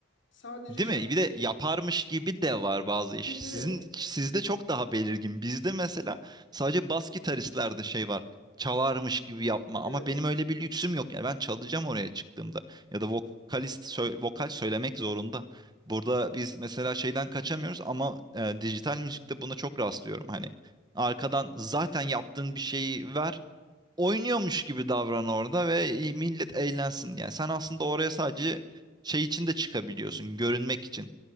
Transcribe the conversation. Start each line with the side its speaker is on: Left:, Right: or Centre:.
Left: Sadece
Right: Değil
Left: şarkı.
Right: mi? Bir de yaparmış gibi de var bazı
Left: Evet
Right: iş. Sizin
Left: evet.
Right: sizde çok daha belirgin. Bizde mesela sadece bas gitaristlerde şey var. Çalarmış gibi yapma.
Left: Evet.
Right: Ama benim öyle bir lüksüm yok. Yani ben çalacağım oraya çıktığımda. Ya da vokalist sö- vokal söylemek zorunda. Burada biz mesela şeyden kaçamıyoruz ama e, dijital müzikte buna çok rastlıyorum. Hani arkadan zaten yaptığın bir şeyi ver oynuyormuş gibi davran orada ve millet eğlensin. Yani sen aslında oraya sadece şey için de çıkabiliyorsun, görünmek için.